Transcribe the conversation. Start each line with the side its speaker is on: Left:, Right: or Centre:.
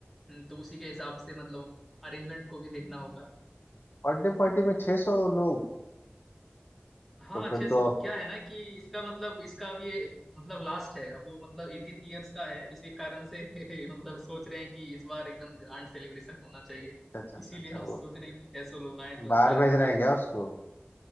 Centre: हम्म, तो उसी के हिसाब से मतलब अरेंजमेंट को भी देखना होगा
Left: बर्थडे पार्टी में 600 लोग
Centre: हाँ
Left: तो
Centre: अच्छे
Left: फिर
Centre: से
Left: तो
Centre: लोग क्या है ना कि इसका मतलब इसका अब ये मतलब लास्ट है अब वो मतलब एटीन ईयर्स का है इसी कारण से <laughs> मतलब सोच रहे हैं कि इस बार एकदम ग्रैंड सेलिब्रेशन होना चाहिए
Left: अच्छा अच्छा अच्छा
Centre: इसीलिए
Left: अच्छा,
Centre: हम
Left: वो
Centre: सोच रहे हैं कि छह सौ लोग आए तो अच्छा
Left: बाहर
Centre: रहेगा
Left: भेज रहे हैं क्या उसको